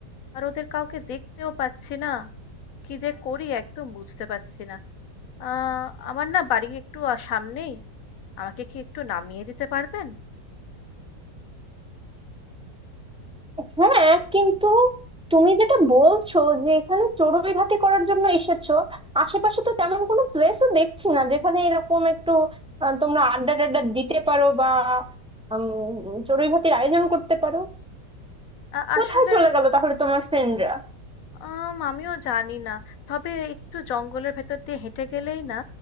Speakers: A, on the left (about 60°); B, in the centre.
A: আর ওদের কাউকে দেখতেও পাচ্ছি না। কি যে করি একদম বুঝতে পারছি না। আ আমার না বাড়ি একটু আ সামনেই। আমাকে কি একটু নামিয়ে দিতে পারবেন?
B: হ্যাঁ কিন্তু তুমি যেটা বলছো যে এখানে চড়ুই ভাতি করার জন্য এসেছো আশেপাশে তো তেমন কোনো প্লেসও দেখছি না যেখানে এরকম একটু আহ, তোমরা আড্ডা টাড্ডা দিতে পারো বা উম, চড়ুই ভাতির আয়োজন করতে পারো
A: আ আসলে
B: কোথায় চলে গেল তাহলে তোমার ফ্রেন্ডরা
A: আম আমিও জানি না। তবে একটু জঙ্গলের ভেতর দিয়ে হেঁটে গেলেই না